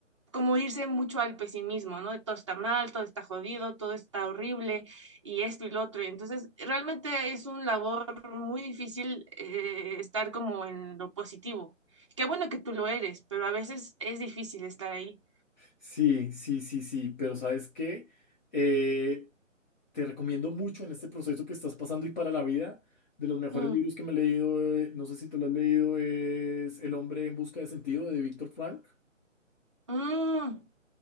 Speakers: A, on the right; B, on the left.
A: como irse mucho al pesimismo, ¿no? De todo está mal, todo está jodido, todo está horrible y esto y lo otro. Y entonces, realmente es una labor muy difícil eh, estar como en lo positivo. Qué bueno que tú lo eres, pero a veces es difícil estar ahí.
B: Sí, sí, sí, sí, pero ¿sabes qué? Eh, te recomiendo mucho en este proceso que estás pasando y para la vida. De los mejores
A: Mm,
B: libros que me he leído, eh, no sé si te lo has leído, es El hombre en busca de sentido de Víctor Frank.
A: mm.